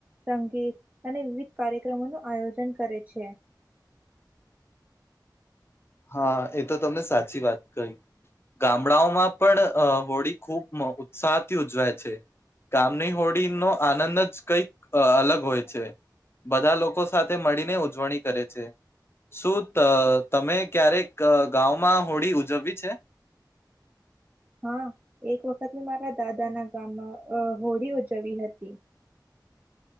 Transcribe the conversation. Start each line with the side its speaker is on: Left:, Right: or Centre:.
Right: સંગીત અને વિવિધ કાર્યક્રમોનું આયોજન કરે છે.
Left: હાં એ તો તમને સાચી વાત કહી, ગામડાઓમાં પણ હોળી ખૂબ ઉત્સાહથી ઉજવાય છે, ગામની હોળીનો આનંદ જ કંઈક અલગ હોય છે, બધાં લોકો સાથે મળીને ઉજવણી કરે છે, શું તમે ક્યારેક ગામંમાં હોળી ‌ઉજવવી છે?
Right: હાં એક વખત મે મારા દાદાના ગામમાં હોળી ઉજવી હતી.